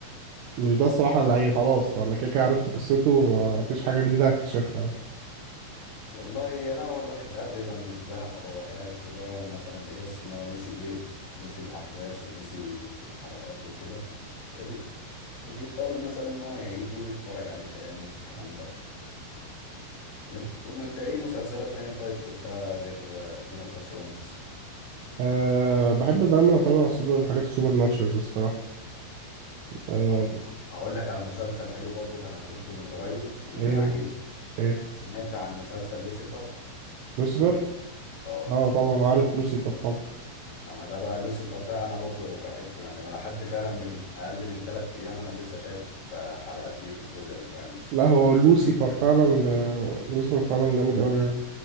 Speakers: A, on the right; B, on the left.
A: مش ده الصراحة اللي هي خلاص أنا كده كده عرفت قصته مفيش حاجة جديدة هكتشفها
B: والله لا هو الواحد ساعات بيبقى من الزهق هو قاعد كده ومثلا بيحس ان هو نسي ايه نسي الاحداث ونسي الحلقات وكده فبي فبيضطر مثلا ان هو يعيده ويتفرج عليه تاني الكلام ده وانت, وانت ايه مسلسلات تانية طيب شفتها غير جيم اوف ذا ثرونز
A: أه بحب دايما اتابع السوبر الحاجات السوبر ناتشرز الصراحه أه
B: طب اقول لك على مسلسل حلو برضو كان أنا شفته من قريب وكان
A: ايه هو؟
B: عاجبني
A: ايه
B: سمعت عن مسلسل لوسيفر
A: لوسيفر
B: اه
A: اه طبعا عارف لوسيفر طبعا
B: انا ده بقى لوسيفر ده انا برضو بحبه يعني ولا حد فعلا من اقل من تلات ايام انا لسه شايف آه، حلقات ليه في الجزء الخامس
A: لا هو لوسيفر فعلا آه، لوسيفر فعلا جامد قوي يعني